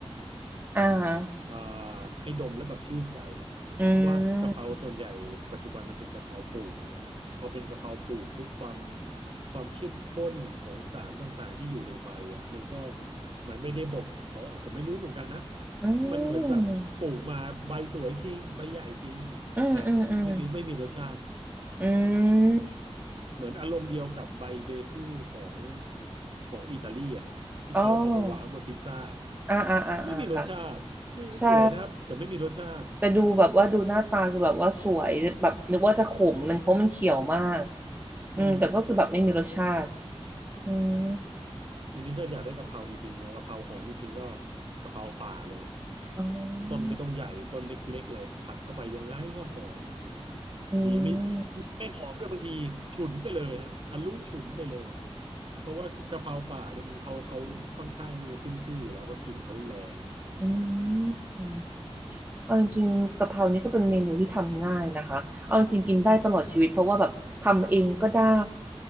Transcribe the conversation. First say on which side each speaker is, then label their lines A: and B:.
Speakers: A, on the right; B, on the right.
A: อ่าฮะ
B: อ่าให้ดมแล้วแบบชื่นใจ
A: อื
B: เพราะว่ากะเพราส่วนใหญ่ปัจจุบันมันเป็นกะเพราปลูกอะนะฮะพอเป็นกะเพราปลูกปุ๊บความ
A: ม
B: ความเข้มข้นของสารต่างๆที่อยู่ในใบอ่ะมันก็มันไม่ได้บ่มเพาะอะผมไม่รู้เหมือนกันนะ
A: อื
B: มันเหมือนแบบปลูกมาใบสวยจริงใบใหญ่จริงแต่ไม่มีไม่มีรสชาติ
A: มอืมอืมอืมอืม
B: เหมือนอารมณ์เดียวกับใบเบซิลของของอิตาลีอะฮะที่เขาเอามาวางบนพิซซ่า
A: อ๋ออ่าอ่าอ่าอ่าค่ะ
B: ไม่มีรสชาติไม่สวยนะครับแต่ไม่มีรสชาติ
A: ใช่แต่ดูแบบว่าดูหน้าตาคือแบบว่าสวยแบบนึกว่าจะขมมันเพราะมันเขียวมากอืมแต่ก็คือแบบไม่มีรสชาติ
B: อืม
A: อืม
B: ทีนี้ถ้าอยากได้กะเพราจริงๆกะเพราหอมจริงๆก็กะเพราป่าเลย
A: อ๋อ
B: ต้นไม่ต้องใหญ่ต้นเล็กๆเลยผัดเข้าไปยังไงก็หอม
A: อื
B: ดีไม่
A: ม
B: ไม่หอมด้วยบางทีฉุนไปเลยฮะทะลุฉุนไปเลยเพราะว่ากะเพราป่าเนี่ยมันเขาเขาค่อนข้างขึ้นชื่ออยู่แล้วว่ากลิ่นเขาแรง
A: <laughs> อืม เอาจริงๆกะเพรานี่ก็เป็นเมนูที่ทำง่ายนะคะเอาจริงๆกินได้ตลอดชีวิตเพราะว่าแบบทำเองก็ได้